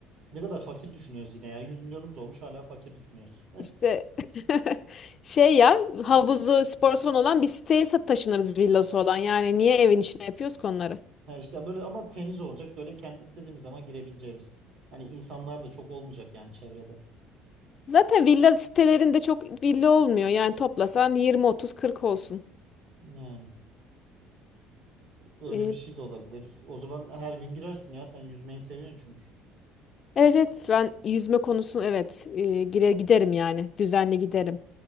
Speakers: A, on the right; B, on the left.
A: ne kadar fakir düşünüyoruz yine ya. yüz milyonumuz olmuş hala fakir düşünüyoruz.
B: İşte <laughs> şey ya havuzu spor salonu olan bir siteye sa- taşınırız villası olan. Yani niye evin içine yapıyoruz ki onları?
A: Ha işte böyle ama temiz olacak. Böyle kendi istediğimiz zaman girebileceğimiz. Hani insanlar da çok olmayacak yani çevrede.
B: Zaten villa sitelerinde çok villa olmuyor. Yani toplasan 20 30 40 olsun.
A: Yani öyle
B: Ee,
A: bir şey de olabilir. O zaman her gün girersin ya. Sen yüzmeyi seviyorsun çünkü.
B: evet evet ben yüzme konusunu evet e, gire giderim yani. Düzenli giderim.